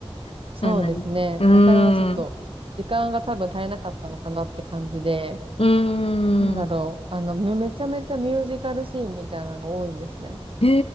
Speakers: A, on the left (about 65°); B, on the right (about 60°).
A: <laughs>
B: そうですね。
A: かなり。うーん。
B: なかなかちょっと時間が多分足りなかったのかなって感じで、
A: うー
B: なんだろう。
A: ん。
B: あの、めめちゃめちゃミュージカルシーンみたいなのが多いんですね。
A: へ